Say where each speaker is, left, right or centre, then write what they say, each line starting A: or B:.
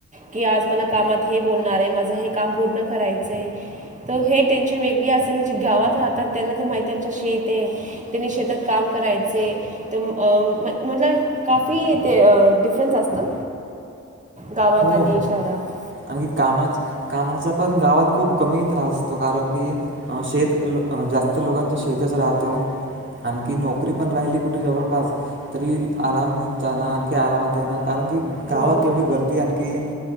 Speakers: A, on the right; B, on the right.
A: कि आज म कामात हे बोलणार आहे माझं हे काम पूर्ण करायचंय हेज्ञ टेन्शन वेगळी असे ना जे गावात राहात त्यांना तर माहिती आहे आमच्या शेत आहे त्यांनी शेतात काम करायचे तर म काफी ते िफरंस असतं गावात
B: हो
A: आणि शहरात
B: आणखी कामाच कामाचा पण गावात खूप कमी त्रास असतो कारण की शेत जास्त लोकांचा शेतच राहतो आणखी नोकरी पण राहिली कुठे जवळपास तरी आराम जाण आणखी आरामात येणार कारण की गावात
A: हो
B: तेवढी गर्दी आणखी